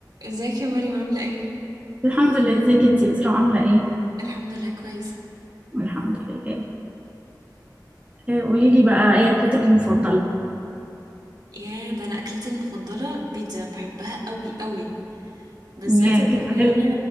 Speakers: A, on the right; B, on the right.
A: ازيك يا مريم عاملة ايه؟
B: الحمد لله ازيك انتي اسراء عامله ايه
A: الحمد لله كويسة
B: الحمد لله إيه، قولي لي بقى ايه اكلتك المفضله
A: يا ده انا اكلتي المفضلة بيتزا بحبها قوي قوي بالذات
B: ياك
A: اللي هي
B: حلو